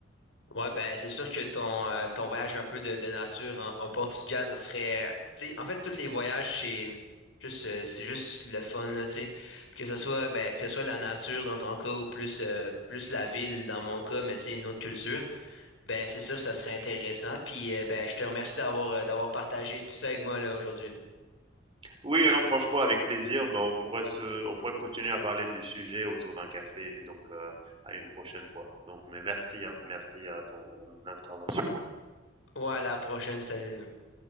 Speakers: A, on the left; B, on the right.
A: Ouais, ben c'est sûr que ton, euh, ton voyage un peu de, de nature en, au Portugal, ça serait. Tu sais, en fait, tous les voyages, c'est juste, euh, c'est juste le fun, là, tu sais. Que ce soit, ben, que ce soit la nature dans ton cas ou plus, euh, plus la ville dans mon cas, mais tu sais, une autre culture, ben c'est sûr que ça serait intéressant. Puis, euh, ben, je te remercie d'avoir euh, d'avoir partagé tout ça avec moi, là, aujourd'hui, là.
B: Oui, hein, franchement, avec plaisir. Ben, on pourrait se, on pourrait continuer à parler du sujet autour d'un café, donc euh, à une prochaine fois. Donc, mais merci, hein, merci à ton intervention.
A: Ouais, à la prochaine, salut, là.